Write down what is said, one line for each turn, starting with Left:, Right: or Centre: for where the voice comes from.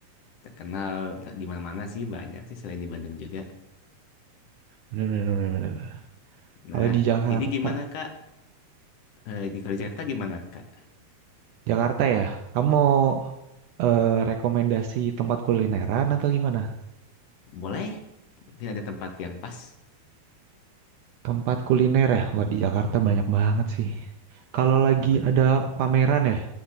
Left: Terkenal t- di mana-mana sih banyak sih selain di Bandung juga.
Right: Bener, bener, bener, bener.
Left: Nah,
Right: Kalau di Jakarta,
Left: jadi gimana Kak? Eh, di kalau di Jakarta gimana Kak?
Right: Jakarta ya. Kamu mau eh, rekomendasi tempat kulineran atau gimana?
Left: Boleh? Mungkin ada tempat yang pas.
Right: Tempat kuliner ya, wah di Jakarta banyak banget sih. Kalau lagi
Left: Waduh.
Right: ada pameran ya,